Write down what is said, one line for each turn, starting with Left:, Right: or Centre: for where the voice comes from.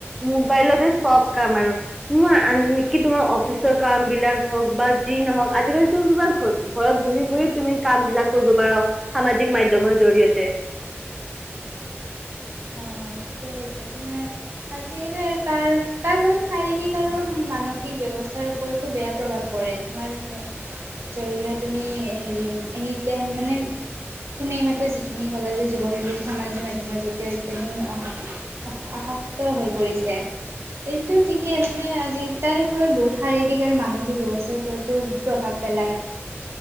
Centre: মোবাইলতে চব কাম আৰু। তোমাৰ আনকি তোমাৰ অফিচৰ কাম বিলাক হওক বা যি নহওক আজিকালিতো তোমাৰ ঘ-ঘৰত বহি বহি তুমি কাম বিলাক কৰিব পাৰা। সামাজিক মাধ্যমৰ জৰিয়তে।
Right: অ' ঠিকে কৈছে, তোমাৰ আজিকালি তাৰ তাৰ ফালে শাৰীৰিক আৰু মানসিক ব্যৱস্থাৰ ওপৰতো বেয়া প্ৰভাৱ পৰে তোমাৰ ধৰি লোৱা তুমি হেৰি এনিটাইম মানে তুমি এই মাত্ৰ যিখিনি কলা যে যুৱক যুৱতী সমামাজিক মাধ্যমৰ প্ৰতি অত্যধিক অ', আসক্ত হৈ পৰিছে। এইটো ঠিকেই মানে আজি তাৰে ফলত বহুত শাৰীৰিক আৰু মানসিক ব্যৱস্থাৰ ওপৰতো প্ৰভাৱ পেলায়